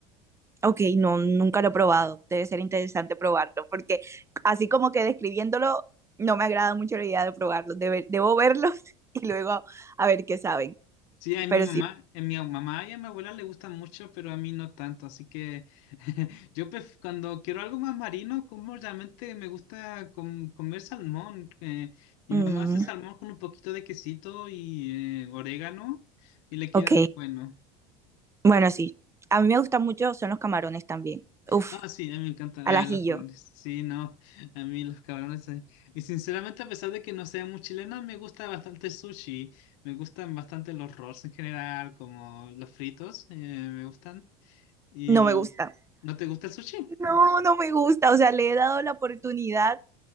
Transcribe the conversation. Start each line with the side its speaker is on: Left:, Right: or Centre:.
Right: Ok, no, nunca lo he probado. Debe ser interesante probarlo, porque así como que describiéndolo, no me agrada mucho la idea de probarlo. Debe- debo verlos <laughs> y luego a, ver qué saben.
Left: Sí, a mi
Right: Pero
Left: mamá,
Right: sí.
Left: a mi mamá y a mi abuela le gustan mucho, pero a mí no tanto. Así que <laughs> yo pref- cuando quiero algo más marino, como realmente me gusta com- comer salmón. eh, mi
Right: Mm,
Left: mamá hace salmón con un poquito de quesito y eh, orégano y le queda
Right: ok,
Left: muy bueno.
Right: bueno, sí. A mí me gustan mucho, son los camarones también. Uf,
Left: ah sí, a mí me encantan
Right: al
Left: ah,
Right: ajillo.
Left: los cabrones. Sí, no, a mí los cabrones. eh. Y sinceramente, a pesar de que no sea muy chilena, me gusta bastante el sushi. Me gustan bastante los rolls en general, como los fritos, eh, me gustan. ¿Y
Right: No me gusta.
Left: no te gusta el sushi?
Right: No, no me gusta. O sea, le he dado la oportunidad